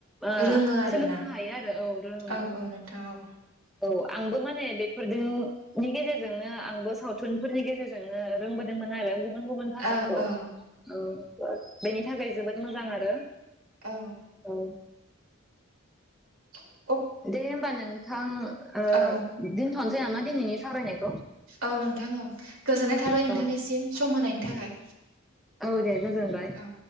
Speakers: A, in the centre; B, on the right.
A: आ
B: रोङो आरोना
A: सोलोंनो हायो आरो औ रोङो।
B: औ औ नोंथां औ
A: औ आंबो माने बेफोरदों नि गेजेरजोंनो आंबो सावथुनफोरनि गेजेरजोंनो रोंबोदोंमोन आरो गु बुन गुबुन भासाखौ
B: औ औ
A: औ बेनि थाखाय जोबोद मोजां आरो।
B: औ
A: ओं
B: <inaudible>
A: दे होमबा नोंथां ओ
B: औ
A: दिनथ'नोसै नामा दिनैनि सावरायनाय
B: औ नोंथां औ गोजोननाय थाबाय
A: औ
B: नोंथांनिसिम सम होनायनि थाखाय।
A: औ दे गोजोनबाय।
B: औ